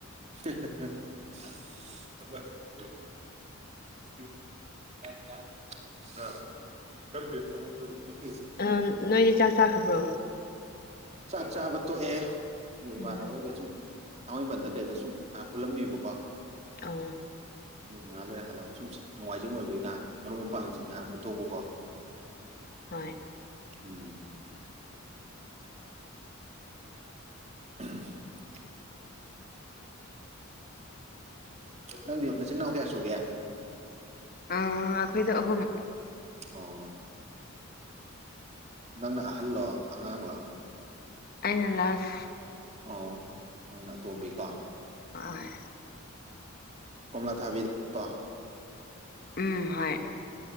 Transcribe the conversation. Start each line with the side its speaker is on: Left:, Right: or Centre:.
Right: <unintelligible> <unintelligible>
Left: ꯑꯥ ꯅꯣꯏꯗꯤ ꯆꯥꯛ ꯆꯥꯈ꯭ꯔꯕ꯭ꯔꯣ
Right: ꯆꯥꯛ ꯆꯥꯕ ꯇꯣꯛꯑꯦ ꯑꯗꯣ ꯏꯃꯥꯟꯅꯕꯩꯒ
Left: ꯎꯝ
Right: ꯁꯨꯝ ꯊꯥꯡꯃꯩꯕꯟꯗ ꯀꯩꯗ ꯁꯨꯝ ꯉꯥꯏꯍꯥꯛ ꯄꯨꯜꯂꯝꯃꯤꯕꯀꯣ
Left: ꯑꯣ
Right: ꯑꯗꯣ ꯉꯥꯛ ꯂꯩꯔ ꯍꯜꯂꯛꯑꯅꯤ ꯁꯨꯝ ꯅꯣꯡꯃꯥꯏꯖꯤꯡ ꯑꯣꯏꯕꯒꯤ ꯉꯍꯥꯛ ꯃꯔꯨꯞ ꯃꯄꯥꯡꯖꯤꯡ ꯉꯍꯥꯛ ꯄꯨꯟꯊꯣꯛꯄꯀꯣ
Left: ꯍꯣꯏ
Right: ꯎꯝ <unintelligible> ꯅꯪꯗꯤ ꯅꯆꯤꯟ ꯅꯥꯎ ꯀꯌꯥ ꯁꯨꯒꯦ
Left: ꯑꯥ ꯑꯩꯈꯣꯏꯗꯣ ꯑꯍꯨꯝ
Right: ꯑꯣ ꯅꯪꯅ ꯑꯍꯜꯂꯣ ꯑꯉꯥꯡꯂꯥ
Left: ꯑꯩꯅ ꯂꯥꯁ
Right: ꯑꯣ ꯅꯪꯅ ꯑꯇꯣꯝꯕꯤꯀꯣ
Left: ꯍꯣꯏ
Right: ꯀꯣꯝꯂꯥ ꯊꯥꯕꯤ ꯀꯣ
Left: ꯎꯝ ꯍꯣꯏ